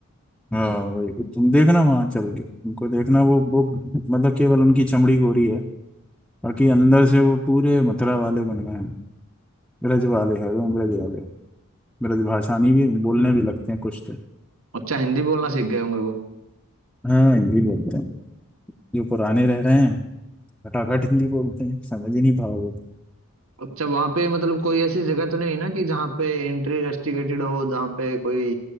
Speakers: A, in the centre; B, on the right.
A: हाँ वही। तुम देखना वहां चल के उनको देखना वो वो मतलब केवल उनकी चमड़ी गोरी है बाकी अंदर से वो पूरे मथुरा वाले बन गए हैं ब्रज वाले हैं वो ब्रज वाले ब्रज भाषानी भी बोलने भी लगते हैं कुछ तो
B: अच्छा हिंदी बोलना सीख गए होंगे वो
A: हाँ हिंदी बोलते हैं जो पुराने रह रहे हैं खटाखट हिंदी बोलते हैं समझ ही नहीं पाओगे
B: अच्छा वहां पे मतलब कोई ऐसी जगह तो नहीं ना कि जहाँ पे एंट्री रेस्ट्रिक्टेड हो जहाँ पे कोई